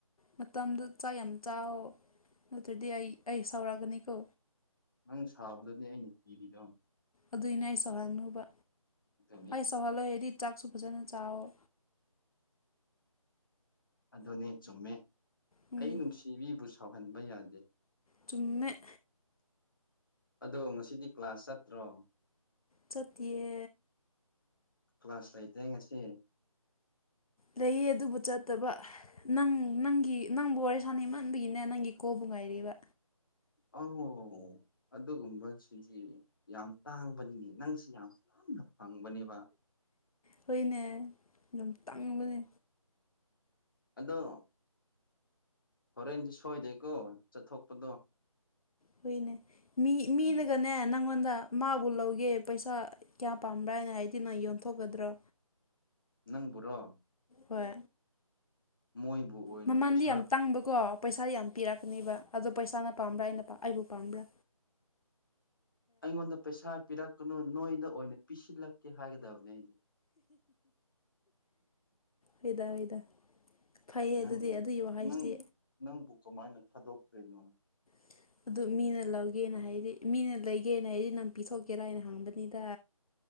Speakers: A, on the left (about 75°); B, on the left (about 35°).
A: ꯃꯇꯝꯗꯨ ꯆꯥꯛ ꯌꯥꯝ ꯆꯥꯎ ꯅꯠꯇ꯭ꯔꯗꯤ ꯑꯩ ꯑꯩ ꯁꯥꯎꯔꯛꯒꯅꯤꯀꯣ
B: ꯅꯪ ꯁꯥꯕꯗꯅꯦ ꯑꯩꯅ ꯀꯤꯔꯤꯗꯣ
A: ꯑꯗꯨꯏꯅꯦ ꯑꯩꯁꯨ ꯍꯪꯅꯨꯕ
B: ꯑꯗꯨꯅꯤ
A: ꯑꯩ ꯁꯧꯍꯜꯂꯣꯏ ꯍꯥꯏꯔꯗꯤ ꯆꯥꯛꯁꯨ ꯐꯖꯅ ꯆꯥꯎꯋꯣ
B: ꯑꯗꯨꯅꯦ ꯆꯨꯝꯃꯦ
A: ꯎꯝ
B: ꯑꯩ ꯅꯨꯡꯁꯤꯕꯤꯕꯨ ꯁꯥꯎꯍꯟꯕ ꯌꯥꯗꯦ
A: ꯆꯨꯝꯃ‌ꯦ
B: ꯑꯗꯣ ꯉꯁꯤꯗꯤ ꯀ꯭ꯂꯥꯁ ꯆꯠꯇ꯭ꯔꯣ
A: ꯆꯠꯇꯤꯌꯦ
B: ꯀ꯭ꯂꯥꯁ ꯂꯩꯇꯦ ꯉꯁꯤ
A: ꯂꯩꯌꯦ ꯑꯗꯨꯕꯨ ꯆꯠꯇꯕ ꯅꯪ ꯅꯪꯒꯤ ꯅꯪꯕꯨ ꯋꯥꯔꯤ ꯁꯥꯅꯤꯡꯃꯟꯕꯒꯤꯅꯦ ꯅꯪꯒꯤ ꯀꯣꯜꯕꯨ ꯉꯥꯏꯔꯤꯕ
B: ꯑ‌ꯣ ꯑꯗꯨꯒꯨꯝꯕꯁꯨꯗꯤ ꯌꯥꯝ ꯇꯥꯡꯕꯅꯤꯅꯦ ꯅꯪꯁ‌ꯦ ꯌꯥꯝ ꯌꯥꯝꯅ ꯐꯪꯕꯅꯦꯕ
A: ꯍꯣꯏꯅꯦ ꯌꯥꯝ ꯇꯥꯡꯕꯅꯦ
B: ꯑꯗꯣ ꯍꯣꯔꯦꯟꯗꯤ ꯁꯣꯏꯗꯦꯀꯣ ꯆꯠꯊꯣꯛꯄꯗꯣ
A: ꯍꯨꯏꯅꯦ ꯃꯤ ꯃꯤꯅꯒꯅꯦ
B: ꯎꯝ
A: ꯅꯪꯉꯣꯟꯗ ꯃꯥꯕꯨ ꯂꯧꯒꯦ ꯄꯩꯁꯥ ꯀꯌꯥ ꯄꯥꯝꯕ꯭ꯔꯥ ꯍꯥꯏꯅ ꯍꯥꯏꯔꯗꯤ‌ ꯅꯪ ꯌꯣꯟꯊꯣꯛꯀꯗ꯭ꯔꯣ
B: ꯅꯪꯕꯨꯔꯣ
A: ꯍꯣꯏ
B: ꯃꯣꯏꯕꯨ ꯑꯣꯏꯅ
A: ꯃꯃꯟꯗꯤ
B: ꯄꯩꯁꯥ
A: ꯌꯥꯝ ꯇꯥꯡꯕꯀꯣ ꯄꯩꯁꯥ ꯌꯥꯝ ꯄꯤꯔꯛꯀꯅꯦꯕ ꯑꯗꯣ ꯄꯩꯁꯥꯅ ꯄꯥꯝꯕ꯭ꯔ ꯑꯩꯅ ꯑꯩꯕꯨ ꯄꯥꯝꯕ꯭ꯔ
B: ꯑꯩꯉꯣꯟꯗ ꯄꯩꯁꯥ ꯄꯤꯔꯛꯀꯅꯨ ꯅꯣꯏꯗ ꯑꯣꯏꯅ ꯄꯤꯁꯤꯜꯂꯛꯀꯦ ꯍꯥꯏꯒꯗꯕꯅꯦ ꯑꯩꯅ
A: ꯍꯣꯏꯗ ꯍꯣꯏꯗ ꯐꯩꯌꯦ
B: ꯅꯪꯕꯨ
A: ꯑꯗꯨꯗꯤ ꯑꯗꯨꯒꯤ ꯋꯥꯍꯩꯁꯤꯗꯤ
B: ꯅꯪ ꯅꯪꯕꯨ ꯀꯃꯥꯏꯅ ꯊꯥꯗꯣꯛꯇꯣꯏꯅꯣ
A: <inaudible> ꯑꯗꯨ ꯃꯤꯅ ꯂꯧꯒꯦꯅ ꯍꯥꯏꯗꯤ ꯃꯤꯅ ꯂꯩꯒꯦꯅ ꯍꯥꯏꯗꯤ ꯅꯪ ꯄꯤꯊꯣꯛꯀꯦꯔ ꯍꯥꯏꯅ ꯍꯪꯕꯅꯤꯗ